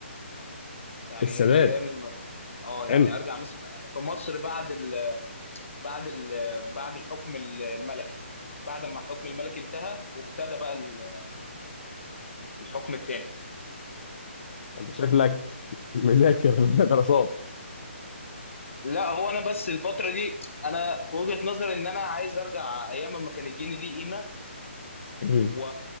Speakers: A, on the left; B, on the left.
A: يعني
B: السادات
A: ايام اه يعني
B: حلو
A: ارجع مثلا في مصر بعد بعد ال- بعد الحكم ال- الملكي بعد ما الحكم الملكي انتهى وابتدى بقى ال- الحكم التاني
B: انت شكلك مذاكر <laughs> دراسات
A: لا هو انا بس الفتره دي انا في وجهه نظري ان انا عايز ارجع ايام ما كان الجنيه ليه قيمه
B: مم.
A: و...